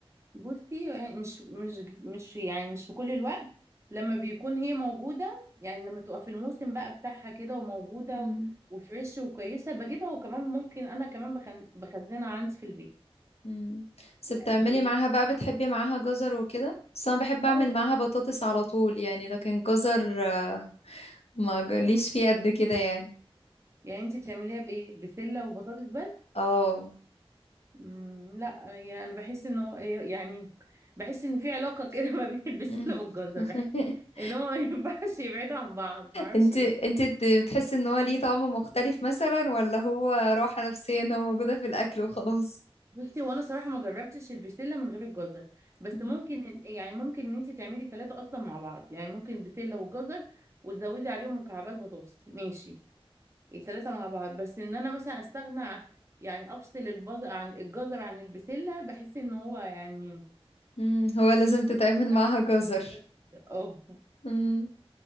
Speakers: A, on the right; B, on the left.
A: بصي يعني مش مش مش يعني مش في كل الوقت لما بيكون هي موجوده يعني لما تبقى في الموسم بقى بتاعها كده وموجوده
B: مم.
A: وفريش وكويسه بجيبها وكمان ممكن انا كمان بخن- بخزنها عندي في البيت
B: مم. بس بتعملي
A: آه، ب-
B: معاها بقى بتحبي معاها جزر وكده بس انا بحب
A: اه
B: اعمل معاها بطاطس على طول يعني لكن جزر آه، ما جاليش فيه قد كده يعني
A: يعني انتي بتعمليها بايه بسله وبطاطس بس
B: اه
A: مم، لا يعني انا بحس ان هو آه، يعني بحس ان في علاقه كده <laughs> ما بين البسله
B: مم.
A: والجزر
B: <laughs>
A: بحس ان هو ما ينفعش يبعدوا عن بعض ما اعرفش
B: انت انت بت- بتحسي ان هو ليه طعم مختلف مثلا ولا هو راحة نفسية ان هو موجودة في الاكل وخلاص
A: بصي وانا صراحه ما جربتش البسله من غير الجزر بس
B: <laughs>
A: ممكن إن- يعني ممكن ان انت تعملي ثلاثه اصلا مع بعض يعني ممكن بسله وجزر وتزودي عليهم مكعبات بطاطس ماشي الثلاثه مع بعض بس ان انا مثلا استغنى عن- يعني افصل البز عن الجزر عن البسله بحس ان هو يعني
B: مم، هو لازم تتعامل معاها
A: صراحة ما
B: جزر
A: جربتش قبل كده. اه
B: مم.